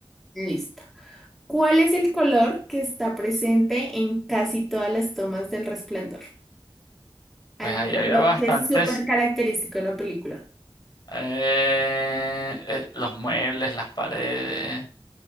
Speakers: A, in the centre; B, on the left.
A: Listo. ¿Cuál es el color que está presente en casi todas las tomas del resplandor?
B: pues
A: Hay
B: ahí
A: un color
B: había bastantes.
A: que es súper característico de la película.
B: eh, eh, los muebles, las paredes,